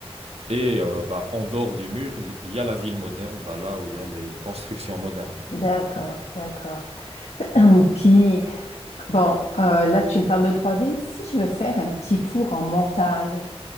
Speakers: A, on the right (about 70°); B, on the left (about 80°).
A: Et euh, bah, en dehors du mur, il y a la ville moderne, bah, là où il y a les constructions modernes, quoi.
B: d'accord, d'accord. <clears throat> Puis, bon, euh, là, tu me parles de trois villes. Si je veux faire un petit tour en montagne,